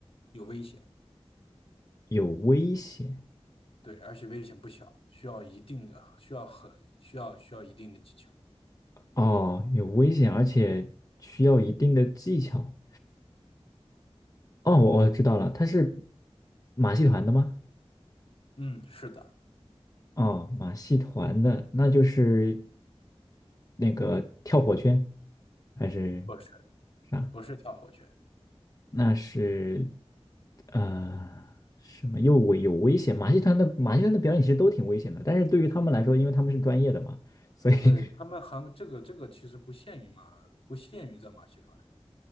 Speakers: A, on the left; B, on the left.
A: 有危险。
B: 有危险
A: 对，而且危险不小，需要一定的，需要很需要需要一定的技巧。
B: 哦，有危险，而且需要一定的技巧。哦，我我知道了，他是马戏团的吗？
A: 嗯，是的，
B: 哦，马戏团的，那就是那个跳火圈还是
A: 不是
B: 啥？
A: 不是跳火圈，
B: 那是呃什么又危有危险？马戏团的马戏团的表演其实都挺危险的，但是对于他们来说，因为他们是专业的嘛，所以 <laughs>
A: 对他们韩这个这个其实不限于马，不限于在马戏团，